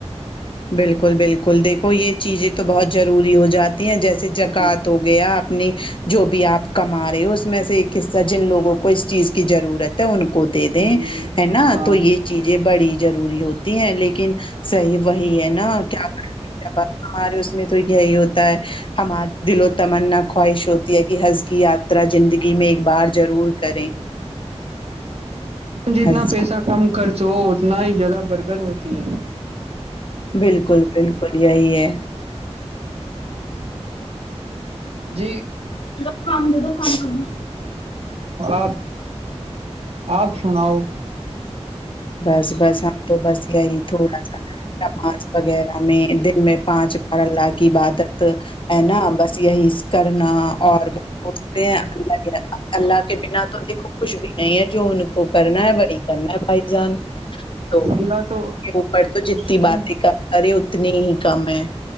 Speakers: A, on the left (about 50°); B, on the right (about 65°).
A: بالکل بالکل دیکھو یہ چیزیں تو بہت ضروری ہو جاتی ہیں جیسے سے جکاات
B: جی
A: ہو گیا اپنی جو بھی آپ کو کما رہے ہو اس میں سے ایک حصہ جن لوگوں کو اس چیز کی ضرورت ان کو دے دیں
B: جی
A: ہے نا
B: ہاں
A: تو یہ چیزیں بڑی ضروری ہوتی ہیں لیکن صحیح وہی ہے نا کیا کرتے ہمارے اس میں تو یہی ہوتا ہے ہمار دل و تمنا خواہش ہوتی ہے کہ ہنز کی یاترا زندگی میں ایک بار ضرور کریں
B: جتنا
A: حج
B: پیسہ کم خرچ ہو اتنا ہی زیادہ برکد ہوتی ہے
A: بالکل بالکل یہی ہے
B: جی
A: دکان د دان
B: آپ آپ سناؤ
A: بس بس ہم تو بس یہی تھوڑا سا نماز وغیرہ میں دن میں پانچ بار اللہ عبادت ہے نا بس یہی کرنا اور اس اللہ اللہ کے بنا تو دیکھ کچھ بھی نہیں ہے جو ان کو کرنا ہے وہی کرنا ہے بھائی جان تو
B: اللہ تو
A: اوپر تو جتنی
B: اس کی
A: باتیں کم کرے اتنی ہی کم ہے